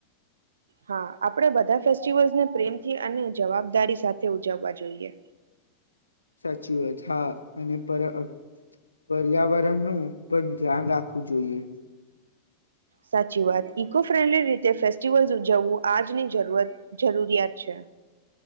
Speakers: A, on the right; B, on the left.
A: હા આપણે બધા ફેસ્ટિવલ્સને પ્રેમથી અને જવાબદારી સાથે ઉજવવા જોઈએ
B: સાચી વાત હા અને પર પર્યાવરણનું પણ ધ્યાન રાખવું જોઈએ
A: સાચી વાત ઈકો ફ્રેન્ડલી રીતે ફેસ્ટિવલ્સ ઉજવવું આજની જરૂરિયાત છે